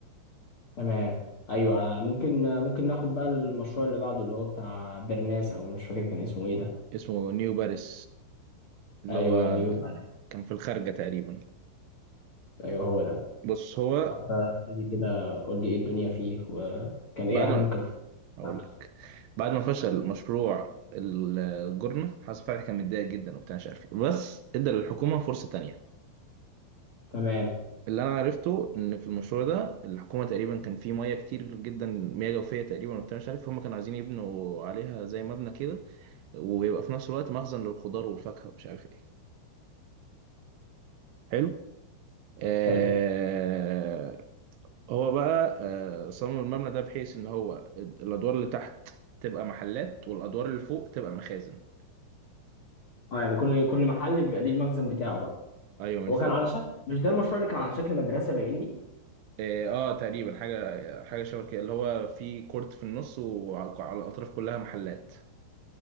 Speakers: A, on the left; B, on the right.
A: تمام ايوه ممكن ممكن ناخد بقى المشروع اللي بعده اللي هو بتاع برناس او مش فاكر كان اسمه ايه ده
B: اسمه نيو باريس اللي
A: ايوه
B: هو
A: نيوب معلش
B: كان في الخارجة تقريبا
A: ايوه هو ده
B: بص هو
A: ابتدي كده قول لي ايه الدنيا فيه وكان
B: بعد
A: ايه
B: ما
A: اهم الكاركتر
B: أقول
A: بتاعته
B: لك بعد ما فشل مشروع الجورنة حسن فتحي كان متضايق جدا وبتاع مش عارف إيه. بس ادى للحكومة فرصة تانية
A: تمام
B: اللي انا عرفته ان في المشروع ده الحكومه تقريبا كان فيه مياه كتير جدا مياه جوفيه تقريبا وبتاع مش عارف هم كانوا عايزين يبنوا عليها زي مبنى كده ويبقى في نفس الوقت مخزن للخضار والفاكهه ومش عارف ايه حلو آه
A: حلو
B: هو بقى آه صمم المبنى ده بحيث ان هو الادوار اللي تحت تبقى محلات والادوار اللي فوق تبقى مخازن
A: اه يعني كل كل محل بيبقى ليه المخزن بتاعه بقى
B: ايوه من
A: هو
B: فوق
A: كان على شكل مش ده المشروع اللي كان على شكل مدرسة باينني
B: اه آه، تقريبا حاجه حاجه شبه كده اللي هو في كورت في النص وعلى على الاطراف كلها محلات